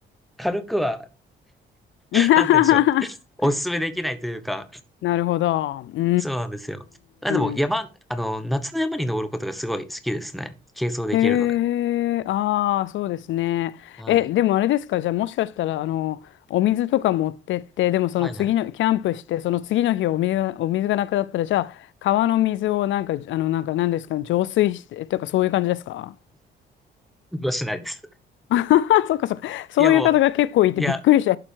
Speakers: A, in the centre; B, on the left (about 75°).
A: 軽くは、
B: <laughs>
A: なんて言うんでしょう、おすすめできないというか、
B: なるほど。うんう
A: そうなんですよ。なんでも山、
B: んうん。
A: あの、夏の山に登ることがすごい好きですね。軽装できるので。
B: へえ、ああ、そうですね。
A: はい。
B: え、でもあれですか、じゃあもしかしたら、あの、お水とか持ってって、でもその次の、
A: はいはい。
B: キャンプして、その次の日お水が、お水がなくなったら、じゃあ、川の水をなんか、あの、なんか、なんですか、浄水して、とか、そういう感じですか
A: 運動しないです。
B: <laughs> そっかそっか。そういう方が結構いてびっくりして、
A: いやもう、いや、